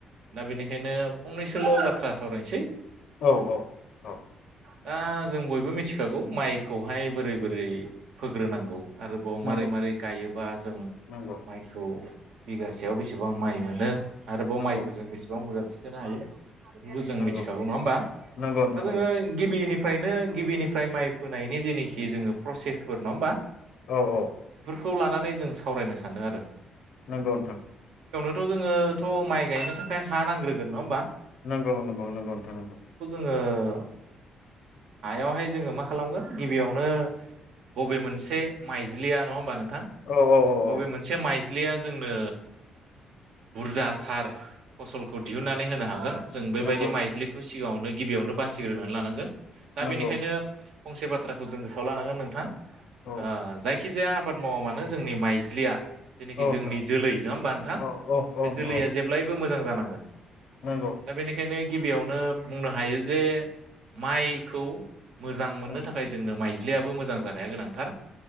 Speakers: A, on the right; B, on the left.
A: दा बेनिखायनो फंनैसोल' बाथ्रा सावरायनोसै
B: औ औ औ
A: दा जों बयबो मिथिखागौ माइखौहाय बोरै बोरै फोग्रोनांगौ आरोबाव
B: नंगौ
A: मारै मारै गायोबा जों
B: नंगौ
A: माइसौ बिगासेयाव बेसेबां माइ मोनो आरोबाव
B: नंगौ
A: माइखौ जों बेसेबां बुरजा थिखोनो हायो। बेफोरखौ जों
B: नंगौ
A: मिथिखागौ नङा होमबा
B: नंगौ नोंथां
A: दा जोङो
B: नंगौ
A: गिबि आमफायनो गिबिनिफ्राय माइ फोनायनि जेनोखि जोङो प्रसेसफोर नङा होमबा
B: औ औ
A: बेखौ लानानै जों सावरायनो सै सान्दों आरो
B: नोंगौ नोंथां
A: जोंङो थ' माइ गायनो थाखाय हा नांग्रोगोन नङा होमबा
B: नोंगौ नोंगौ नोंगौ नोंथां नोंगौ
A: ओ हायावहाय जोङो मा खालामगोन गिबियावनो ब'बे मोनसे माइज्लिया नङा होमबा नों नोंथां
B: औ औ औ
A: अबे
B: औ
A: मोनसे माइ बिजलिया जोंनो बुरजा थार फसलखौ दिहुननानै होनो हागोन। जों बेबायदि
B: नंगौ
A: माइज्लिखौ सिगाङावनो गिबियावनो बासिग्रोनानै लानांगोन दा
B: नंगौ
A: बेनिखायनो हो फंसे बाथ्राखौ जों गोसोआव लानांगोन नोंथां आ
B: औ
A: जाय जायखि जाया आबाद मावा मानो जोंनि माइज्लिया जेनाखि
B: नोंथां
A: जोंनि जोलै नङा होमबा नोंथां
B: औ औ
A: बे
B: औ नोंथां
A: जोलैया
B: औ
A: जेब्लायबो मोजां जा नांगोन
B: नंगौ
A: दा बेनिखायनो गिबियावनो बुंनो हायो जे माइखौ मोजां मोननो
B: उम
A: थाखाय जोंनो माइज्लि लियाबो मोजां जानाया गोनांथार